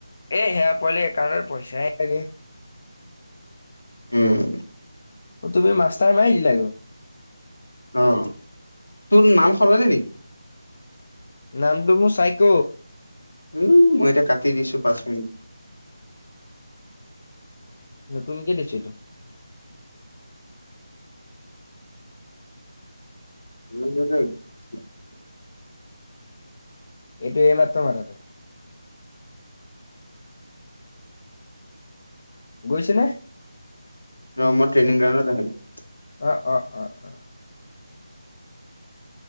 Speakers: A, on the left; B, on the left.
A: এই সেয়া পোৱালি একাউণ্টৰ পইচাই নেথাকে
B: উম
A: তুমি মাষ্টাৰ মাৰি দিলাগৈ
B: অ তোৰ নাম সলনি নেকি
A: নামটো মোৰ চাইক
B: উম মই এতি কাটি দিছো পাঁচ মিনিট
A: নতুন কে দিছো এইটো
B: <unintelligible>
A: এইটো এইমাত্ৰ মঠটো গৈছেনে
B: মমই ্ৰেইং ৰা নিলো
A: অ অ অ অ